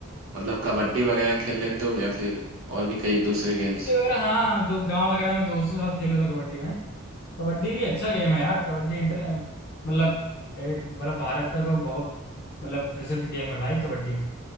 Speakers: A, on the right; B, on the left.
A: मतलब कबड्डी वगैरह खेल लेते हो या फिर और भी कई दूसरे गेम्स
B: कबड्डी वगैरह हाँ दो गांव वगैरह में दोस्तों के साथ खेल लेता कबड्डी में कबड्डी भी अच्छा गेम है यार कबड्डी इंटर मतलब एक मतलब भारत का तो बहुत मतलब प्रसिद्ध गेम है भाई कबड्डी